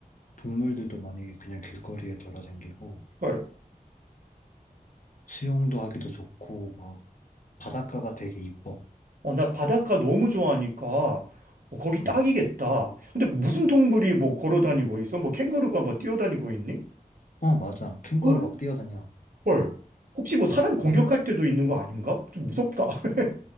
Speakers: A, on the left; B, on the right.
A: 동물들도 많이 그냥 길거리에 돌아다니고
B: 헐.
A: 수영도 하기도 좋고 막 바닷가가 되게 이뻐.
B: 어, 나 바닷가 너무 좋아하니까 어, 거기
A: 음.
B: 딱이겠다. 근데 무슨 동물이 뭐 걸어 다니고 있어? 뭐 캥거루가 뭐 뛰어다니고 있니?
A: 어, 맞아. 캥거루
B: 헐.
A: 막 뛰어다녀.
B: 헐. 혹시 뭐 사람 공격할
A: 막-
B: 때도 있는 거 아닌가? 좀 무섭다. <laughs>